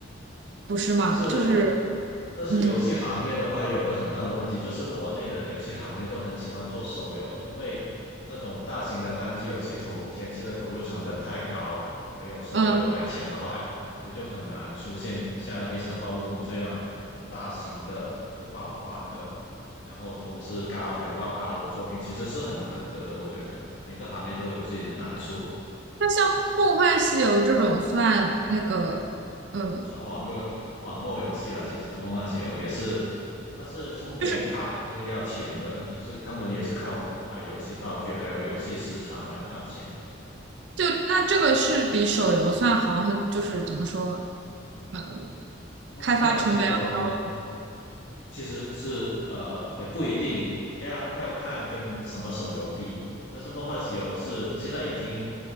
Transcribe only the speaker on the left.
但是，
但是游戏行业的话，
也有个很大的问题，就是国内的游戏行业都很喜欢做手游，因为那种大型的单机游戏投前期的投入成本太高，没有手游来钱快，
所以就很难出现像《黑神话：悟空》这样就大型的就爆款的，然后投资高、回报高的作品，其实是很难得的。我觉得每个行业都有自己的难处。
算网络网络游戏了。其实梦幻西游也是，它是充点卡，
就是要钱的，就是他们也是靠卖游戏道具还有游戏时长来赚钱的。
梦幻西游
其实是呃也不一定要要看跟什么手游比，但是梦幻西游是现在已经